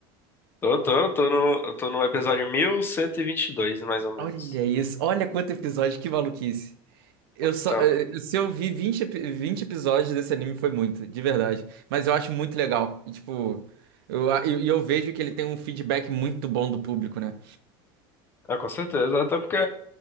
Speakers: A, on the left (about 20°); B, on the right (about 90°).
A: Tô, tô, tô no, eu tô no episódio mil cento e e vinte e dois mais ou menos.
B: Olha isso, olha quanto episódio, que maluquice. Eu
A: Então,
B: só, eh, eh, se eu vi vinte epi- 20 episódios desse anime foi muito, de verdade. Mas eu acho muito legal. E, tipo, eu, a- e e eu vejo que ele tem um feedback muito bom do público, né?
A: ah, com certeza. Até porque